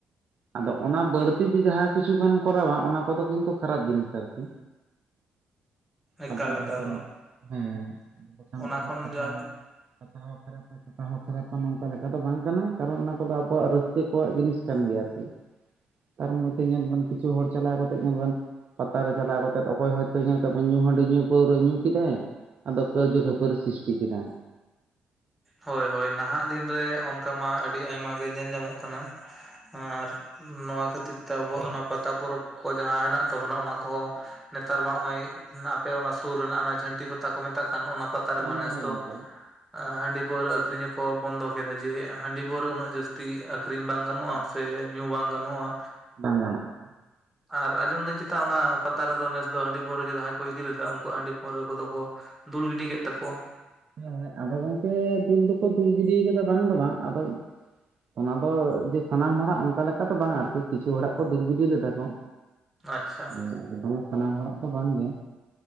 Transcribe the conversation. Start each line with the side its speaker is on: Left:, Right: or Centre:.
Right: ᱟᱫᱚ ᱚᱱᱟ ᱵᱟᱹᱲᱛᱤ ᱜᱮ ᱡᱟᱦᱟᱸ ᱠᱤᱪᱷᱩ ᱵᱮᱱ ᱠᱚᱨᱟᱣᱟ ᱾ ᱚᱱᱟ ᱠᱚᱼᱫᱚ ᱠᱤᱱᱛᱩ ᱠᱷᱟᱨᱟᱯ ᱡᱤᱱᱤᱥ ᱟᱨᱠᱤ
Centre: ᱮᱠᱟᱞ
Right: <unintelligible> ᱟᱵᱮᱱᱟᱜ
Centre: ᱮᱠᱟᱞ
Right: ᱦᱚᱭᱛᱳ ᱦᱮᱸ ᱟᱫᱚ ᱵᱟᱠᱷᱟᱱ
Centre: ᱚᱱᱟ
Right: ᱫᱚ ᱪᱮᱫ
Centre: ᱠᱷᱚᱱ
Right: ᱯᱟᱛᱟ
Centre: ᱡᱟ
Right: ᱦᱚᱸ ᱯᱟᱛᱟ ᱦᱚᱸ ᱠᱷᱟᱨᱟᱯᱟ ᱪᱟᱛᱟ ᱦᱚᱸ ᱠᱷᱟᱨᱟᱯ-ᱟ᱾ ᱱᱚᱝᱠᱟ ᱞᱮᱠᱟ ᱫᱚ ᱵᱟᱝ ᱠᱟᱱᱟ᱾ ᱠᱟᱨᱚᱱ ᱚᱱᱟ ᱠᱚᱼᱫᱚ ᱟᱵᱚᱣᱟ-ᱜ ᱨᱟᱹᱥᱠᱟᱹ ᱠᱚᱣᱟᱜ ᱡᱤᱱᱤᱥ ᱠᱟᱱ ᱜᱮᱭᱟ ᱾ ᱟᱨᱠᱤ ᱛᱟᱨ ᱢᱚᱫᱽᱫᱷᱮ ᱧᱮᱞᱵᱮᱱ ᱠᱤᱪᱷᱩ ᱦᱚᱲ ᱪᱟᱞᱟᱣ ᱠᱟᱛᱮᱜ ᱧᱮᱞ ᱵᱮᱱ ᱯᱟᱛᱟ ᱨᱮ ᱪᱟᱞᱟᱣ ᱠᱟᱛᱮᱫ᱾ ᱚᱠᱚᱭ ᱦᱚᱭᱛᱚ ᱧᱩ ᱛᱟᱵᱮ ᱧᱩ ᱦᱟᱺᱰᱤ, ᱧᱩ ᱯᱟᱹᱣᱨᱟᱹ ᱧᱩ ᱠᱮᱫᱟᱭ᱾ ᱟᱫᱚ ᱠᱟᱹᱭᱡᱟᱹ ᱠᱷᱟᱹᱯᱟᱹᱨᱤ ᱥᱤᱥᱴᱤ ᱠᱮᱫᱟᱭ᱾
Centre: ᱦᱳᱭ, ᱦᱳᱭ ᱱᱟᱦᱟᱜ ᱫᱤᱱ ᱨᱮ ᱚᱱᱠᱟ ᱢᱟ᱾ ᱟᱹᱰᱤ ᱟᱭᱢᱟ ᱜᱮ ᱧᱮᱞ ᱧᱟᱢᱚ-ᱜ ᱠᱟᱱᱟ᱾ ᱟᱨ ᱱᱚᱣᱟ ᱠᱷᱟᱹᱛᱤᱨ ᱛᱮ ᱟᱵᱚᱣᱟᱼᱜ ᱚᱱᱟ ᱯᱟᱛᱟ ᱯᱚᱨᱚᱵᱽ ᱠᱚ ᱡᱟᱦᱟᱸ ᱦᱮᱱᱟᱜ ᱛᱟᱵᱚᱱ-ᱟ᱾ ᱚᱱᱟ ᱠᱚᱦᱚᱸ ᱱᱮᱛᱟᱨ ᱢᱟ ᱚᱜ-ᱚᱭ ᱟᱯᱮ ᱚᱱᱟ ᱥᱩᱨ ᱨᱮᱱᱟ-ᱜ ᱚᱱᱟ ᱡᱷᱽᱟᱹᱱᱴᱤ ᱯᱟᱛᱟ ᱠᱚ ᱢᱮᱛᱟᱜ ᱠᱟᱱ ᱾ ᱚᱱᱟ ᱯᱟ ᱛᱟ ᱨᱮᱢᱟ
Right: ᱦᱮᱸ
Centre: ᱱᱮᱥ ᱫᱚ
Right: ᱜᱚᱝᱠᱮ
Centre: ᱾ ᱟ ᱦᱟᱺᱰᱤ ᱯᱟᱹᱣᱨᱟᱹ ᱟᱹᱠᱷᱤᱨᱤᱧ ᱦᱚᱸᱠᱚ ᱵᱚᱱ ᱠᱮᱫᱟ ᱾ ᱡᱮ ᱦᱟᱺᱰᱤ ᱯᱟᱹᱣᱨᱟᱹ ᱩᱱᱟᱹᱜ ᱡᱟᱹᱥᱛᱤ ᱟᱹᱠᱷᱨᱤᱧ ᱵᱟᱝ ᱜᱟᱱᱚᱜ-ᱟ᱾ ᱥᱮ ᱧᱩ ᱵᱟᱝ ᱜᱟᱱᱚᱜ-ᱟ᱾
Right: ᱵᱟᱝ ᱜᱟᱱᱚᱜᱼᱟ
Centre: ᱟᱨ ᱟᱸᱡᱚᱢ ᱫᱤᱧ ᱪᱮᱛᱟ᱾ ᱚᱱᱟ ᱯᱟᱛᱟ ᱨᱮᱫᱚ ᱱᱮᱥ ᱫᱚ ᱦᱟᱺᱰᱤ, ᱯᱟᱹᱣᱨᱟᱹ, ᱡᱟᱦᱟᱸᱭ ᱠᱚ ᱤᱫᱤ ᱞᱮᱫᱟ᱾ ᱩᱱᱠᱩᱣᱟ-ᱜ ᱦᱟᱺᱰᱤ ᱯᱟᱹᱣᱨᱟᱹ ᱠᱚᱼᱫᱚ ᱠᱚ ᱫᱩᱞ ᱜᱤᱰᱤ ᱠᱮᱫ ᱛᱟᱠᱚᱣᱟ᱾
Right: ᱦᱮᱸ ᱟᱫᱚ ᱜᱚᱝᱠᱮ ᱫᱩᱞ ᱫᱚ-ᱠᱚ ᱫᱩᱞ ᱜᱤᱰᱤᱭ ᱠᱟᱫᱟ᱾ ᱵᱟᱝ ᱫᱚ ᱵᱟᱝ ᱟᱫᱚ ᱚᱱᱟ ᱫᱚ ᱡᱮ ᱥᱟᱱᱟᱢ ᱦᱚᱲᱟᱜ ᱚᱱᱠᱟ ᱞᱮᱠᱟᱛᱚ ᱵᱟᱝ᱾ ᱟᱨᱠᱤ ᱠᱤᱪᱷᱩ ᱦᱚᱲᱟ-ᱜ ᱠᱚ ᱫᱩᱞ ᱜᱤᱰᱤ ᱞᱮᱫᱟ ᱠᱚ᱾
Centre: ᱟᱪᱪᱷᱟ
Right: <inaudible> ᱥᱟᱱᱟᱢ ᱦᱚᱲᱟᱜ ᱫᱚ ᱵᱟᱝᱜᱮ